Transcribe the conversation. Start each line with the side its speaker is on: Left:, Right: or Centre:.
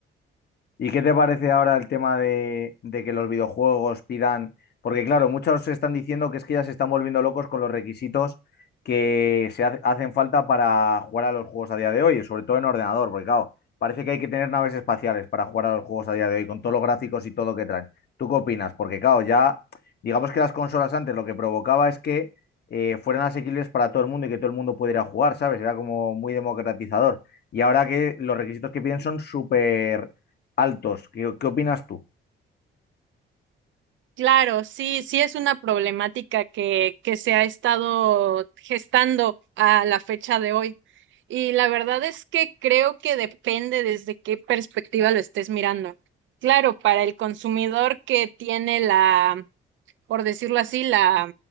Left: ¿Y qué te parece ahora el tema de, de que los videojuegos pidan? Porque claro, muchos están diciendo que es que ya se están volviendo locos con los requisitos que se hace- hacen falta para jugar a los juegos a día de hoy, sobre todo en ordenador, porque claro, parece que hay que tener naves espaciales para jugar a los juegos a día de hoy, con todos los gráficos y todo lo que traen. ¿Tú qué opinas? Porque claro, ya digamos que las consolas antes lo que provocaba es que eh, fueran asequibles para todo el mundo y que todo el mundo pudiera jugar, ¿sabes? Era como muy democratizador. Y ahora que los requisitos que piden son súper altos. ¿Qué, qué opinas tú?
Right: Claro, sí, sí es una problemática que, que se ha estado gestando a la fecha de hoy. Y la verdad es que creo que depende desde qué perspectiva lo estés mirando. Claro, para el consumidor que tiene la por decirlo así, la,